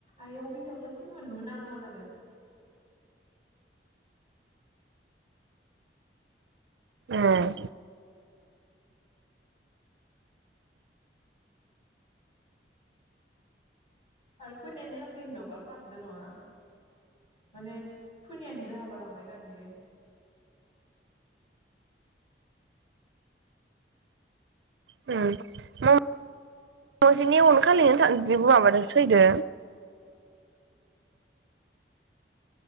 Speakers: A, on the left; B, on the right.
A: आइयाव बि हिनजावखौ सिनि मोनो मोन आं जादो।
B: ए
A: आरो फनियानि सासे हिनजावखा खारदो नङा माने फनियानिफ्राय हाबा लांनाय दांलै।
B: उम <unintelligible> नि उनखालि बेबो माबादो थैदो।